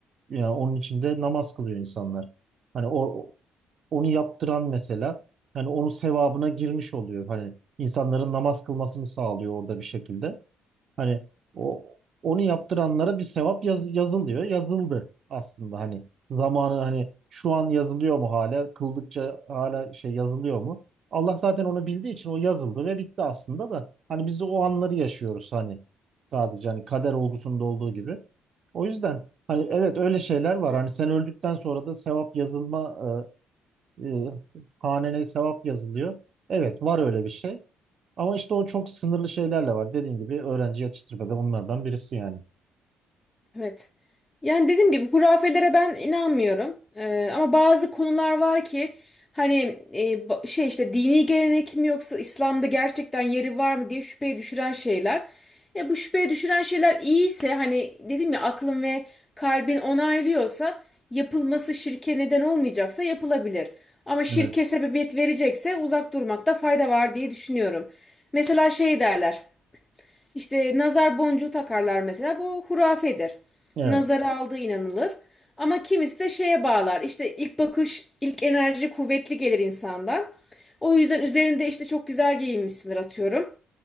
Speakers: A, on the right (about 55°); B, on the left (about 20°).
A: yani onun içinde namaz kılıyor insanlar. Hani o, onu yaptıran mesela hani onun sevabına girmiş oluyor. Hani insanların namaz kılmasını sağlıyor orada bir şekilde. Hani o onu yaptıranlara bir sevap yaz- yazılıyor. Yazıldı aslında hani zamanı hani şu an yazılıyor mu hala? Kıldıkça hala şey yazılıyor mu? Allah zaten onu bildiği için o yazıldı ve bitti aslında da hani biz de o anları yaşıyoruz hani sadece hani kader olgusunda olduğu gibi. O yüzden hani evet öyle şeyler var. Hani sen öldükten sonra da sevap yazılma e, e, hanene sevap yazılıyor. Evet var öyle bir şey. Ama işte o çok sınırlı şeylerle var. Dediğim gibi öğrenci yetiştirmede onlardan birisi yani.
B: Evet. Yani dediğim gibi hurafelere ben inanmıyorum. Ee, ama bazı konular var ki hani e, ba- şey işte dini gelenek mi yoksa İslam'da gerçekten yeri var mı diye şüpheye düşüren şeyler. E, bu şüpheye düşüren şeyler iyiyse hani dedim ya aklın ve kalbin onaylıyorsa yapılması şirke neden olmayacaksa yapılabilir. Ama şirke
A: Evet.
B: sebebiyet verecekse uzak durmakta fayda var diye düşünüyorum. Mesela şey derler. İşte nazar boncuğu takarlar mesela. Bu hurafedir.
A: Evet.
B: Nazara aldığı inanılır. Ama kimisi de şeye bağlar. İşte ilk bakış, ilk enerji kuvvetli gelir insandan. O yüzden üzerinde işte çok güzel giyinmişsindir atıyorum.